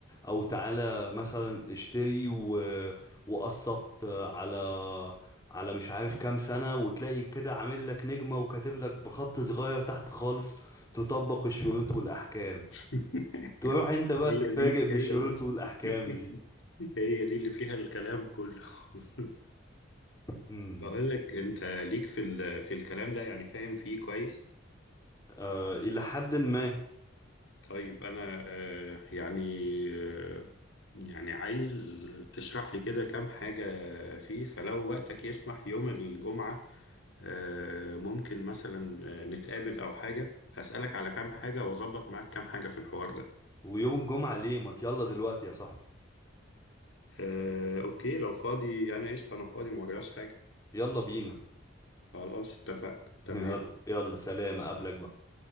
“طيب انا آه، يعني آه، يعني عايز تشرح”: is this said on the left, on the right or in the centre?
Left